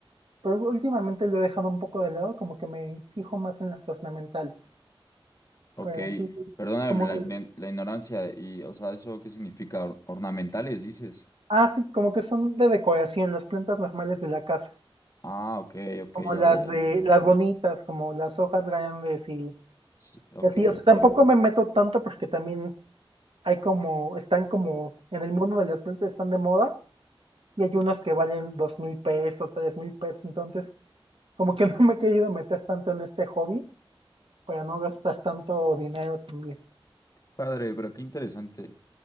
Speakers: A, on the right; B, on the left.
A: pero últimamente lo he dejado un poco de lado, como que me fijo más en las ornamentales,
B: Ok,
A: pero sí,
B: perdóname
A: como
B: la,
A: de-
B: ign- la ignorancia y, o sea, ¿eso qué significa? Or- ¿Ornamentales, dices?
A: ah, sí, como que son de decoración, las plantas normales de la casa,
B: Ah, ok, ok,
A: como
B: ya,
A: las
B: ya.
A: de
B: enti-
A: las bonitas, como las hojas grandes y,
B: sí, Ok,
A: y así, o sea, tampoco me meto tanto porque también hay como, están como en el mundo de las plantas están de moda y hay unas que valen dos mil pesos, tres mil pesos, entonces como que <laughs> no me he querido meter tanto en este hobby para no gastar tanto dinero también.
B: padre, pero qué interesante.